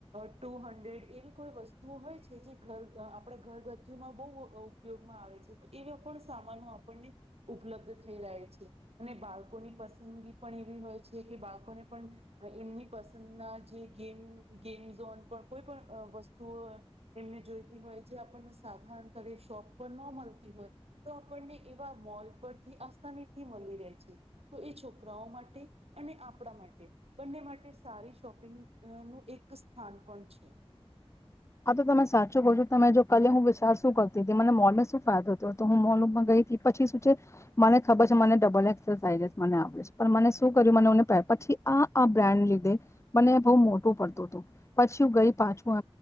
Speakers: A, on the right; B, on the left.
A: ટુ હંડ્રેડ એવી કોઈ વસ્તુઓ હોય છે જે ઘર આપણે ઘરગથ્થઓમાં બહુ ઉપયોગમાં આવે છે તો એવા પણ સામાનો આપણને ઉપલબ્ધ થઈ રહે્યા છે અને બાળકોની પસંદગી પણ એવી હોય છે કે બાળકોને પણ એમની પસંદના જે ગેમ ગેમઝોન પણ કોઈ પણ વસ્તુઓ એમને જોઈતી હોય જે આપણને સાધારણ તરે શોપ પર ન મળતી હોય તો આપણને એવા મોલ પરથી આસાનીથી મળી રહે છે તો એ છોકરાઓ માટે અને આપણા માટે બંને માટે સારી શોપિંગ નું એક સ્થાન પણ છે
B: હા તો તમે સાચું કહ છો તમે જો કલે હું વિચાર શું કરતી હતી મને મોલમાં શું ફાયદો હતો તો હું મોલમાં ગઈ પછી શું છે મને ખબર છે મને ડબલ એસરસાઇઝસ મને આવે છે પણ મને શું કર્યું મનેને પ પછી આ બ્રાન્ડ લીધે મને બહુ મોટું પડતું હતું પછી હું ગઈ પાછું